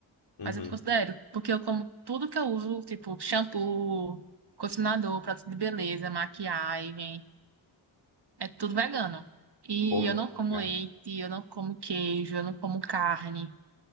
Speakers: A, on the left; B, on the right.
A: uhum,
B: Mas eu considero, porque eu como tudo que eu uso, tipo shampoo, condicionador, produto de beleza, maquiagem, é tudo vegano. E
A: Pô,
B: eu não como
A: legal.
B: leite, eu não como queijo, eu não como carne.